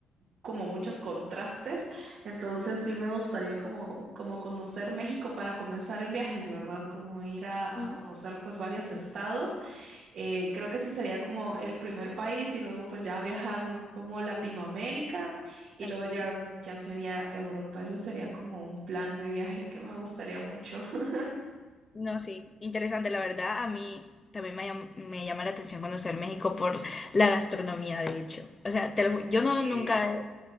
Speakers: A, on the right (about 60°); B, on the left (about 25°).
A: como muchos contrastes. Entonces sí me gustaría como, como conocer México para comenzar en viajes, ¿verdad? Como ir a, a
B: Mm,
A: conocer pues varios estados eh, creo que ese sería como el primer país y luego pues ya viajar como Latinoamérica y
B: Ok.
A: luego ya, ya sería Europa. Ese sería como un plan de viaje que me gustaría mucho. <laughs>
B: No, sí, interesante, la verdad. A mí también me llam- me llama la atención conocer México por la gastronomía, de hecho. O sea, te lo ju- yo no
A: Sí,
B: nunca he,